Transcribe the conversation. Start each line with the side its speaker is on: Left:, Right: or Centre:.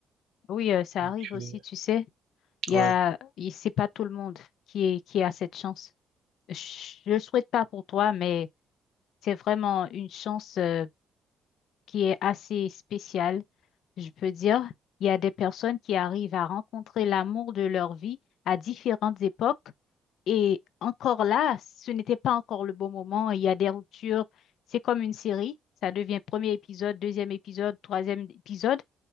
Left: Oui, euh, ça
Right: Donc,
Left: arrive aussi,
Right: euh,
Left: tu sais. Il
Right: ouais,
Left: y a, il- c'est pas tout le monde qui est, qui a cette chance. Je, je le souhaite pas pour toi, mais c'est vraiment une chance, euh, qui est assez spécial, je peux dire. Il y a des personnes qui arrivent à rencontrer l'amour de leur vie à différentes époques. Et encore là, ce n'était pas encore le bon moment. Il y a des ruptures. C'est comme une série. Ça devient premier épisode, deuxième épisode, troisième épisode.